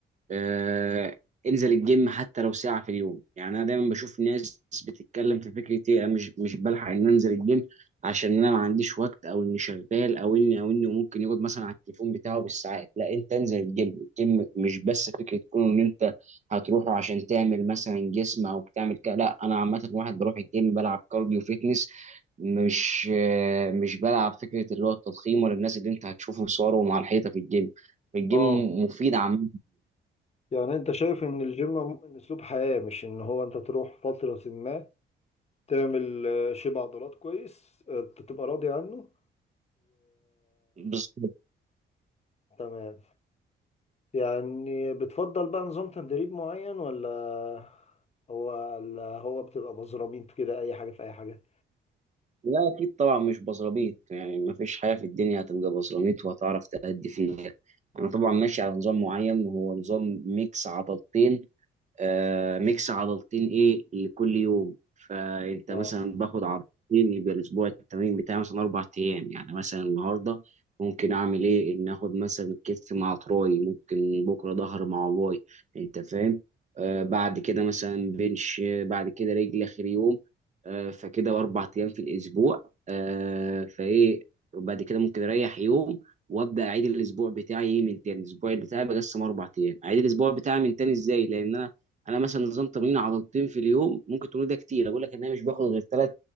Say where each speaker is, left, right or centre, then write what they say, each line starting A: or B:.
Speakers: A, on the right (about 35°); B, on the left (about 35°).
A: آه، انزل الجيم حتى لو ساعة في اليوم يعني انا دايما بشوف ناس بتتكلم في فكرة ايه أنا مش مش بلحق ان انزل الجيم عشان انا ما عنديش وقت او اني شغال او اني او اني ممكن يقعد مثلا على التليفون بتاعه بالساعات لا انت انزل الجيم الجيم مش بس فكرة تكون ان انت هتروحه عشان تعمل مثلا جسم او بتعمل كده لا انا عامة واحد بروح الجيم بلعب كارديو فيتنس مش آه، مش بلعب فكرة اللي هو التضخيم ولا الناس اللي انت هتشوفه صورهم على الحيطة في الجيم الجيم
B: اه
A: مفيد عامة
B: يعني انت شايف ان الجيم عموما اسلوب حياة مش ان هو انت تروح فترة ما تعمل آه، شيب عضلات كويس آه، تبقى راضي عنه
A: بالظبط
B: تمام يعني بتفضل بقى نظام تدريب معين ولا هو ولا هو بتبقى مزرمين كده اي حاجه في اي حاجه
A: لا اكيد طبعا مش بصراميط يعني ما فيش حاجه في الدنيا هتبقى بصراميط وهتعرف تأدي فيها انا طبعا ماشي على نظام معين وهو نظام ميكس عضلتين آه، ميكس عضلتين ايه لكل يوم فانت
B: اه
A: مثلا باخد عضلتين يبقى الاسبوع التمرين بتاعي مثلا اربع ايام يعني مثلا النهارده ممكن اعمل ايه ان اخد مثلا كتف مع تراي ممكن بكره ظهر مع باي انت فاهم آه بعد كده مثلا بنش آه، بعد كده رجل اخر يوم آه فكده اربع ايام في الاسبوع آه فايه وبعد كده ممكن اريح يوم وابدا اعيد الاسبوع بتاعي من تاني الاسبوع بتاعي بقسم اربع ايام اعيد الاسبوع بتاعي من تاني ازاي لان انا مثلا نظام تمرين عضلتين في اليوم ممكن تقول ده كتير اقول لك ان انا مش باخد غير ثلاث